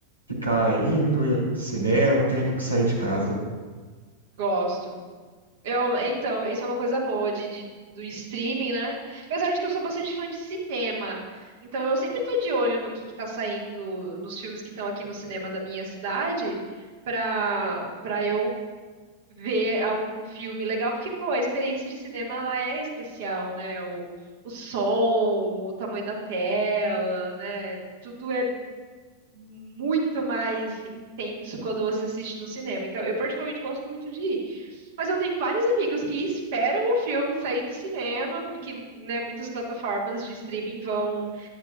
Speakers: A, on the right (about 85°); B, on the right (about 55°).
A: ficar indo ao cinema, tendo que sair de casa.
B: Gosto. Eu, então, isso é uma coisa boa de, de- do streaming, né? Apesar de que eu sou bastante fã de cinema, então eu sempre tô de olho no que que tá saindo, nos filmes que estão aqui no cinema da minha cidade, pra, pra eu ver algum filme legal, porque, pô, a experiência de cinema, ela é especial, né? O, o som, o tamanho da tela, né? Tudo é muito mais intenso quando você assiste no cinema. Então, eu particularmente gosto muito de ir. Mas eu tenho vários amigos que esperam o filme sair do cinema, porque, né, muitas plataformas de streaming vão,